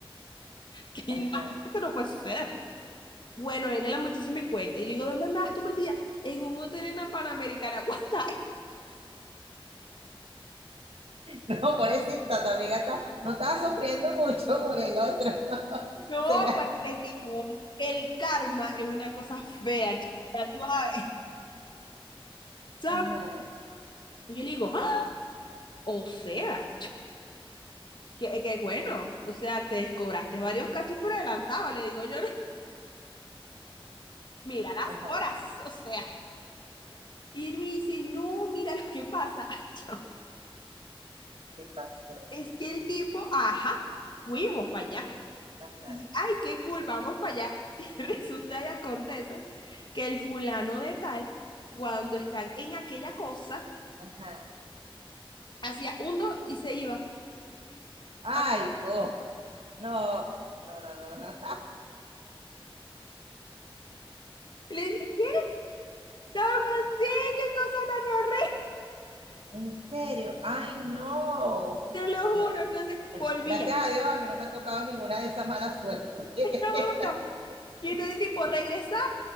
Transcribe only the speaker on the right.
Ajá.
No, pobrecita, tu amiga está, no estaba sufriendo mucho por el otro. <laughs>
Se la-
Ajá,
ajá,
¿qué pasó?
Ajá,
ajá.
Ay,
co. No, no, no, no, no.
En serio, ay no.
No,
bueno,
gracias a Dios a mí no me ha tocado ninguna de esas malas suertes. <laughs>